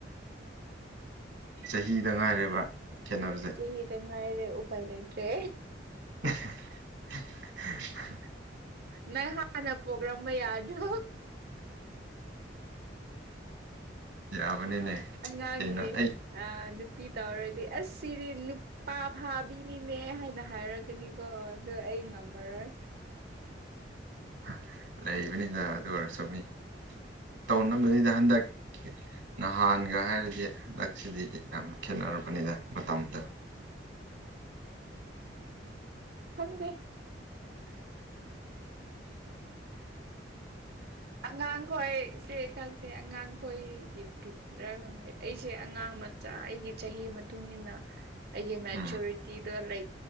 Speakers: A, on the right; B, on the right.
A: ꯆꯍꯤꯗ ꯉꯥꯏꯔꯦꯕ ꯈꯦꯅꯕꯁꯦ
B: ꯁꯤꯗ ꯉꯥꯏꯔꯦ ꯎꯄꯥꯏ ꯂꯩꯇ꯭ꯔꯦ
A: <unintelligible>
B: ꯅꯪ ꯍꯥꯟꯅ ꯄꯣꯛꯂꯝꯝꯕ ꯌꯥꯗ꯭ꯔꯣ
A: ꯌꯥꯕꯅꯤꯅꯦ
B: ꯑꯉꯥꯡꯒꯤ
A: ꯀꯩꯅꯣ ꯑꯩ
B: ꯑ ꯅꯨꯄꯤ ꯇꯧꯔꯗꯤ ꯑꯁ ꯁꯤꯗꯤ ꯅꯨꯄꯥ ꯐꯥꯕꯤꯅꯤꯅꯦ ꯍꯥꯏꯅ ꯍꯥꯏꯔꯒꯅꯤ꯫ ꯑꯣ ꯑꯗꯨ ꯑꯩ ꯉꯝꯃꯔꯣꯏ
A: ꯍ ꯂꯩꯕꯅꯤꯗ ꯑꯗꯨ ꯑꯣꯏꯔꯁꯨꯨ ꯃꯤ ꯇꯧꯅꯕꯅꯤꯗ ꯍꯟꯗꯛꯀꯤ ꯅꯍꯥꯟꯒ ꯍꯥꯏꯔꯗꯤ ꯍꯟꯗꯛꯁꯤꯗꯤ ꯌꯥꯝ ꯈꯦꯠꯅꯔꯕꯅꯤꯅ ꯃꯇꯝꯗ
B: ꯐꯪꯗꯦ ꯑꯉꯥꯡꯣꯏ ꯏꯆꯦ ꯈꯪꯗꯦ ꯑꯉꯥꯡꯈꯣꯏꯒꯤꯕꯤꯤꯗ꯭ꯔꯥ ꯈꯪꯗꯦ ꯑꯩꯁꯦ ꯑꯉꯥꯡ ꯃꯆꯥ ꯑꯩꯒꯤ ꯆꯍꯤ ꯃꯇꯨꯡꯏꯟꯅ ꯑꯩꯒꯤ ꯃꯦꯆꯨꯔꯤꯇꯤꯗ
A: ꯎꯝ
B: ꯂꯩ꯫